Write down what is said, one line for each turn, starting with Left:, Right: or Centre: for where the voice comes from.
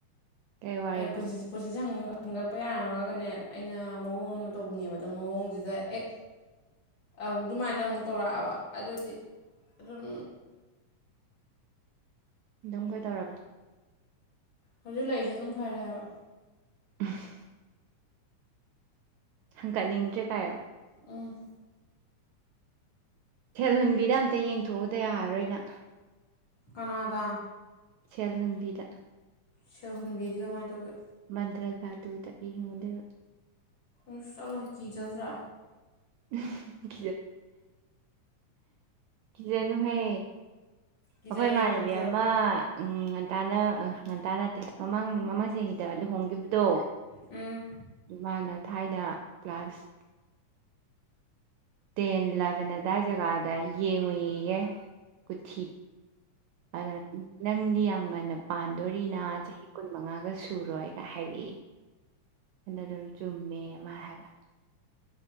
Right: ꯀꯩ ꯋꯥꯔꯤꯅꯣ
Left: ꯍꯥꯏ ꯄꯨꯟꯁꯤꯁ ꯄꯨꯟꯁꯤꯁ ꯍꯪ ꯍꯪꯒꯠꯄ ꯌꯥꯔꯝꯃꯒꯅꯦ ꯑꯩꯅ ꯃꯑꯣꯡ ꯑꯃ ꯇꯧꯅꯤꯡꯉꯦꯕ ꯑꯗꯣ ꯃꯑꯣꯡꯁꯤꯗ ꯍꯦꯛ ꯑꯃꯨꯛ ꯑꯗꯨꯃꯥꯏꯅ ꯑꯃꯨꯛ ꯇꯧꯔꯛꯑꯕ ꯑꯗꯨꯗꯤ ꯑꯗꯨꯝ
Right: ꯑꯗꯨꯝ ꯀꯩꯗꯧꯔꯕ꯫
Left: ꯍꯧꯖꯤꯛ ꯂꯩꯔꯤꯁꯦ ꯑꯗꯨꯝ ꯐꯔꯦ ꯍꯥꯏꯕ꯫
Right: <unintelligible> ꯍꯪꯀꯠꯅꯤꯡꯗ꯭ꯔꯦ ꯀꯥꯏꯣ꯫
Left: ꯎꯝ
Right: ꯁꯦꯜ ꯍꯨꯟꯕꯤꯗ ꯑꯝꯇ ꯌꯦꯡꯊꯣꯛꯎꯗ ꯌꯥꯔꯔꯣꯏꯅ꯫
Left: ꯀꯅꯥꯗꯥ꯫
Right: ꯁꯦꯜ ꯍꯨꯟꯕꯤꯗ꯫
Left: ꯁꯦꯜꯍꯨꯟꯕꯤꯗꯤ ꯀꯃꯥꯏꯅ ꯇꯧꯒꯦ꯫
Right: ꯃꯟꯇ꯭ꯔ ꯥ ꯇꯨꯗ ꯏ ꯍꯗ
Left: ꯏꯟꯁꯥꯜꯥ ꯀꯤꯖꯠ ꯔ
Right: <unintelligible> ꯀꯤꯖꯅꯨꯍꯦ
Left: ꯀꯤꯖꯩꯌꯦ
Right: ꯑꯈꯣꯏ ꯏꯃꯥꯟꯅꯕꯤ
Left: ꯃꯟꯗ
Right: ꯑꯃ ꯎꯝ ꯉꯟꯇꯥꯅ ꯉꯟꯇꯥ ꯅꯠꯇꯦ ꯃꯃꯥꯡ ꯃꯃꯥꯡ ꯆꯍꯤꯗ ꯂꯨꯍꯣꯡꯒꯤꯕꯗꯣ
Left: ꯎꯝ
Right: ꯃꯥꯅ ꯊꯥꯏꯅ ꯀ꯭ꯂꯥꯁ ꯇꯦꯟ ꯂꯕꯦꯟ ꯑꯗꯥꯏ ꯖꯒꯥꯗ ꯌꯦꯡꯉꯨꯏ ꯑꯌꯦ ꯀꯨꯊꯤ ꯑꯗ ꯅꯪꯗꯤꯌꯥꯝ ꯉꯟꯅ ꯄꯥꯟꯗꯣꯔꯤꯅ ꯆꯍꯤ ꯀꯨꯟ ꯃꯉꯥꯒ ꯁꯨꯔꯣꯏꯒ ꯍꯥꯏꯔꯛꯏ ꯑꯗ ꯑꯗꯨꯝ ꯆꯨꯝꯃꯦ ꯑꯃ ꯍꯥꯏꯕ